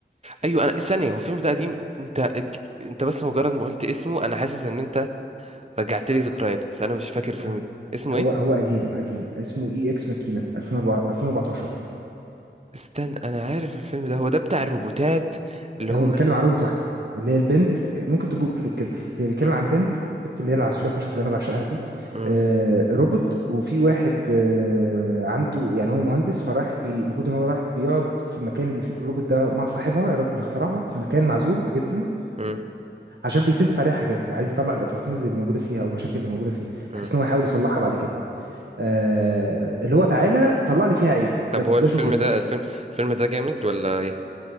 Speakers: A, on the right; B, on the right.
A: ايوه انا ثانيه هو الفيلم ده قديم انت ك- انت بس مجرد ما قلت اسمه انا حاسس ان انت رجعت لي ذكريات بس انا مش فاكر الفيلم
B: آه
A: ده اسمه
B: هو
A: ايه
B: هو قديم قديم اسمه اي اكس ماكينة 2004 2014
A: استنى انا عارف الفيلم ده هو ده بتاع الروبوتات اللي
B: هو
A: هم
B: بيتكلم عن روبوت واحدة اللي هي البنت ممكن تجوجل كده هي بيتكلم
A: م-
B: عن البنت البنت اللي هي العسولة فشخ اللي انا بعشقها دي
A: م-
B: آه روبوت وفي واحد آه عنده يعني هو مهندس فراح بي- المفروض ان هو راح بيقعد في المكان اللي فيه الروبوت ده مع صاحبها الراجل اللي اخترعها في مكان معزول جدا
A: م-
B: عشان بيتست عليها حاجات عايز يطلع الاوبورتونيتيز اللي موجوده فيها او المشاكل اللي موجوده فيها
A: م.
B: بحيث ان هو يحاول يصلحها بعد كده آه اللي هو تعالى طلع لي فيها عيب
A: طب
B: بس
A: هو
B: ده
A: الفيلم
B: شغلتك
A: ده الفيلم الفيلم ده جامد ولا ايه